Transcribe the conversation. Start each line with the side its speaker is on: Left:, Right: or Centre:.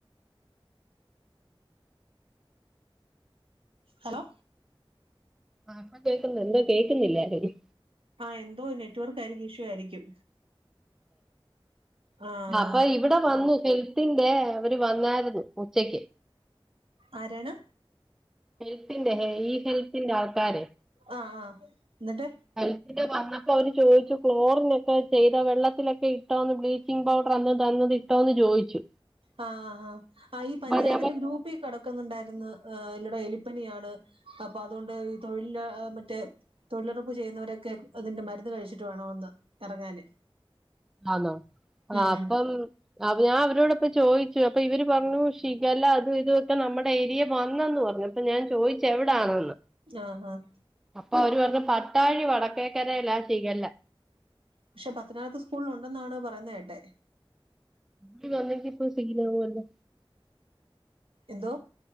Right: ഹലോ
Centre: ആഹ് കേൾക്കുന്നുണ്ട് കേൾക്കുന്നില്ലായിരുന്നു
Right: ആഹ് എന്തോ നെറ്റ്വർക്ക് ആയിരിക്കും ഇഷ്യൂ ആയിരിക്കും ആഹ്
Centre: അപ്പ ഇവിടെ വന്നു <unintelligible> അവര് വന്നായിരുന്നു ഉച്ചക്ക്
Right: ആരാണ്
Centre: ഹെൽത്തിന്റെ ഈ ഹെൽത്തിന്റെ ആൾക്കാര്
Right: ആഹ് ആഹ് എന്നിട്ട്
Centre: ഹെൽത്തിന്റെ വന്നപ്പോ അവര് ചോദിച്ചു ക്ലോറിൻ ഒക്കെ ചെയ്ത വെള്ളത്തിലൊക്കെ ഇട്ടോന്ന് ബ്ലീച്ച് ബ്ലീച്ചിംഗ് പൗഡർ അന്ന് തന്നത് ഇട്ടോ എന്ന് ചോദിച്ചു
Right: ആഹ് ആഹ് ആഹ് ഈ
Centre: അപ്പൊ
Right: പഞ്ചായത്തിന്റെ
Centre: ഞാൻ പറഞ്ഞു
Right: ഗ്രൂപ്പികെട ക്കുന്നുണ്ടായിരുന്നു എല്ലാടം എലിപ്പനിയാണ് അപ്പൊ അതുകൊണ്ട് ഈ തൊഴില മറ്റേ തൊഴിലുറപ്പ് ചെയ്യുന്നവരൊക്കെ അതിന്റെ മരുന്ന് കഴിച്ചിട്ട് വേണമെന്ന് ഇറങ്ങാന്
Centre: ആന്നോ ആഹ്
Right: ഉം
Centre: അപ്പം അവര് ഞാൻ അവരോടൊക്കെ ചോദിച്ചു അപ്പം ഇവര് പറഞ്ഞു ഷിഗെല്ല അതു ഇതുക്കെ നമ്മുടെ ഏരിയെ വന്നന്ന് പറഞ്ഞു അപ്പൊ ഞാൻ ചോദിച്ച് എവിടാണന്ന്
Right: ആഹ് ആഹ്
Centre: അപ്പൊ അവര് പറഞ്ഞു പട്ടാഴി വടക്കേക്കരയിലാ ഷിഗെല്ല
Right: പക്ഷെ പത്തനാപുരത്ത് സ്കൂളിൽ ഉണ്ടെന്നാണ് പറയുന്നത് കേട്ടെ
Centre: <unintelligible> ഇപ്പോ സീനാവുവല്ലേ
Right: എന്തോ